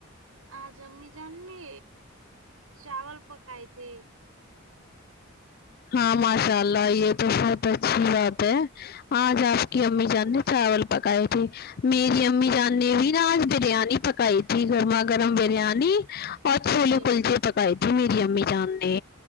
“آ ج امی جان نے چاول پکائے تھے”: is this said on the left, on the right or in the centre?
Right